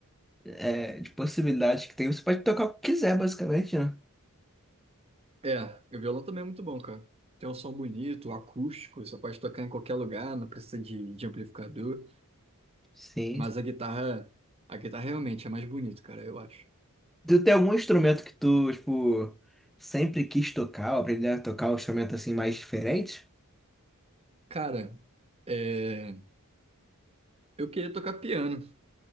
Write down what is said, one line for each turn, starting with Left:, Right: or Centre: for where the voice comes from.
Centre: é, de possibilidades que tem, você pode tocar o que quiser, basicamente, né?
Right: É, o violão também é muito bom, cara. Tem um som bonito, acústico, você pode tocar em qualquer lugar, não precisa de, de amplificador,
Centre: Sim.
Right: mas a guitarra, a guitarra realmente é mais bonito, cara, eu acho.
Centre: Tu tem algum instrumento que tu, tipo, sempre quis tocar, ou aprender a tocar um instrumento assim mais diferente?
Right: Cara, é, eu queria tocar piano.